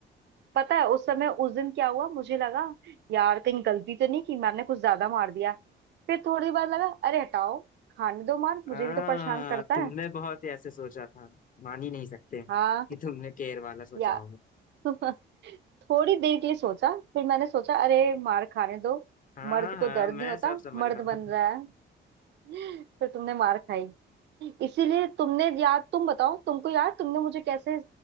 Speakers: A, on the right; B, on the left.
A: पता है उस समय उस दिन क्या हुआ मुझे लगा यार कहीं गलती तो नहीं की मैम ने कुछ ज्यादा मार दिया फिर थोड़ी बार लगा अरे हटाओ खाने दो मार मुझे
B: हाँ
A: भी तो परेशान करता
B: तुमने
A: है
B: बहुत ही ऐसे सोचा था मान ही नहीं सकते कि
A: हाँ
B: तुमने केयर वाला सोचा
A: या
B: होगा
A: <laughs> थोड़ी देर के लिए सोचा फिर मैंने सोचा अरे मार खाने दो
B: हाँ
A: मर्द
B: हाँ
A: को दर्द
B: मैं
A: नहीं होता
B: सब समझ
A: मर्द
B: रहा
A: बन
B: हूँ
A: रहा है <laughs> फिर तुमने मार खाई इसीलिए तुमने याद तुम बताओ तुमको याद तुमने मुझे कैसे